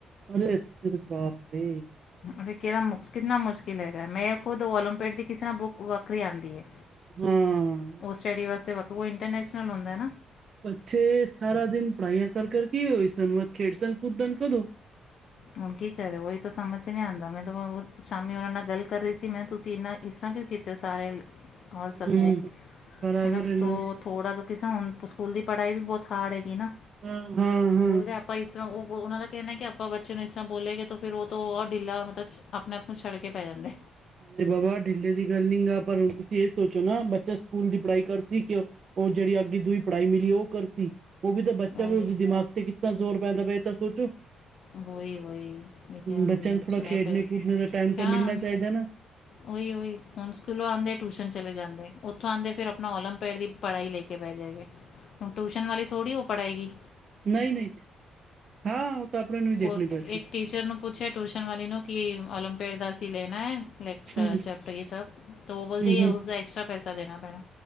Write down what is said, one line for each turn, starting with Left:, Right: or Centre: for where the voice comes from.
Right: ਅਰੇ ਅੱਛ ਬਾਪ ਨੇ।
Left: ਫਿਰ ਕਿਹੜਾ ਮੁ ਕਿੰਨਾ ਮੁਸ਼ਕਿਲ ਹੈਗਾ ਮੈਂ ਖੁਦ ਓਲੰਪੀਡ ਦੀ ਕਿਸੇ ਤ ਨਾਲ ਬੁ ਵੱਖਰੀ ਆਂਦੀ ਹੈ।
Right: ਹਾਂ
Left: ਸਟਡੀ ਵਾਸਤੇ ਇੰਟਰਨੈਸ਼ਨਲ ਹੁੰਦਾ।
Right: ਬੱਚੇ ਸਾਰਾ ਦਿਨ ਪੜ੍ਹਾਈਆਂ ਕਰ ਕਰਰ ਕੀ ਹੋਈ ਸਨਵਾਦ ਖੇਡਸਨ ਕੂਦਦਨ ਕਦੋਂ।
Left: ਹੁਣ ਕੀ ਕਰੇ ਉਹੀ ਤਾਂ ਸਮਝ ਚ ਨਹੀ ਆਉਂਦਾ ਮੈਂ ਤਾਂ ਸ਼ਾਮੀ ਉਹਨਾਂ ਨਾਲ ਗੱਲ। ਕਰ ਰਹੀ ਸੀ, ਮੈਂ ਤੁਸੀਂ ਇਹਨਾਂ ਇਸ ਤਰ੍ਹਾਂ ਕਿਉਂ ਕੀਤੇ ਹੋ ਸਾਰੇ
Right: ਹੂੰ
Left: ਸਬਜੈਕਟ
Right: ਬਰਾਬਰ
Left: ਇਨਫ
Right: ਹੈ ਨਾ
Left: ਤੋ ਥੋੜਾ ਕਿਸ ਹੁਣ ਸਕੂਲ ਦੀ ਪੜ੍ਹਾਈ ਵੀ ਬਹੁਤ ਹਾਰਡ ਹੈਗੀ ਨਾ,
Right: ਹਾਂ ਹਾਂ ਹਾਂ
Left: ਬੋਲਦੇ ਆਪਾਂ ਇਸ ਤਰ੍ਹਾਂ ਉਹ ਉਹਨਾਂ ਦਾ ਕਹਿਣਾ ਕਿ ਆਪਾਂ ਬ ਬੱਚੇ ਨੂੰ ਇਸ ਤਰ੍ਹਾਂ ਬੋਲੇਗੇ ਤੇ ਫਿਰ ਉਹ ਤੋਂ ਉਹ ਢੀਲਾ ਮਤਲਬ ਆਪਣੇ ਆਪ ਨੂੰ ਛੱਡ ਕੇ ਪੈ ਜਾਂਦੇ।
Right: ਹ ਬਾਬਾ ਢਿੱਲੇ ਦੀ ਗੱਲ ਨੀ ਗਾ ਪਰ ਹੁਣ ਤੁਸੀਂ ਇਹ ਸੋਚੋ ਨਾ ਬੱਚਾ ਸਕੂਲ ਦੀ ਪੜ੍ਹਾਈ ਕਰਤੀ ਕਿਉ- ਉਹ ਜਿਹੜੀ ਅੱਗੇ ਦੂਈ ਪੜ੍ਹਾਈ ਮਿਲੀ ਉਹ ਕਰ ਸੀ। ਉਹ ਵੀ ਤਾਂ ਬੱਚਾ
Left: ਉਹੀ
Right: ਵੀ ਉਸਦੇ ਦਿਮਾਗ ਤੇ ਕੀਤਾ ਜ਼ੋਰ ਪੈਂਦਾ ਪਏ ਇਹ ਤਾਂ ਸੋਚੋ
Left: ਵੋਹੀ-ਵੋਹੀ, ਲੇਕਿਨ ਹੁਣ
Right: ਬੱਚਿਆਂ ਨੂੰ ਥੋੜਾ
Left: ਮੈਂ
Right: ਖੇਡਣੇ
Left: ਫਿਰ
Right: ਕੂਦਣੇ ਦਾ ਟਾਈਮ
Left: ਕਿਆ
Right: ਤਾਂ ਮਿਲਣਾ ਚਾਹੀਦਾ ਨਾ
Left: ਉਹੀ-ਉਹੀ, ਹੁਣ ਸਕੂਲੋਂ ਆਉਂਦੇ ਟਿਊਸ਼ਨ ਚਲੇ ਜਾਂਦੇ। ਉੱਥੋਂ ਆਂਦੇ ਫਿਰ ਆਪਣਾ ਓਲਮਪਡ ਦੀ ਪੜ੍ਹਾਈ ਲੈ ਕੇ ਬਹਿ ਜਾਏ ਗੇ, ਹੁਣ ਟਿਊਸ਼ਨ ਵਾਲ ਥੋੜੀ ਉਹ ਪੜ੍ਹਏਗੀ
Right: ਨੀ-ਨੀ, ਹਾਂ ਉਹ ਤਾਂ ਆਪਣੇ ਨੂੰ ਹੀ ਦੇਖਣੀ
Left: ਉਹ
Right: ਪੈਸੀ
Left: ਇੱਕ ਟੀਚਰ ਨੂੰ ਪੁੱਛਿਆ ਟਿਊਸ਼ਨ ਵਾਲੀ ਨੂੰ ਕਿ ਓਲਮਪੇਡ ਦਾ ਅਸੀ ਲੈਣਾ ਐ। ਫਲੈਕਸ
Right: ਹਮ
Left: ਚੈਪਟਰ ਇਹ ਸਭ ਉਹ ਬੋਲਦੇ
Right: ਹਮ ਹਮ
Left: ਉਸਦਾ ਐਕਸਟਰਾ ਪੈਸਾ ਦੇਣਾ ਪੈਣਾ